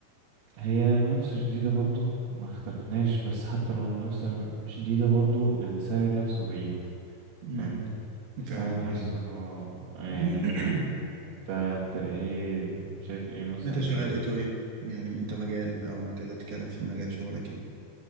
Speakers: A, on the right; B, on the right.
A: منافسة شديدة برضو ما اختلفناش بس حتى لو المنافسة مش شديدة برضو السعر نفسه بعيد
B: امم
A: فاهمني السعر
B: فعلا دي
A: نفسه
B: حقيقة
A: يعني
B: <clears throat>
A: بيت انت انت ايه شايف ايه مثلا
B: انت
A: انت
B: شغال ايه طيب يعني انت مجال او مجال تتكلم فيه مجال شغلك ايه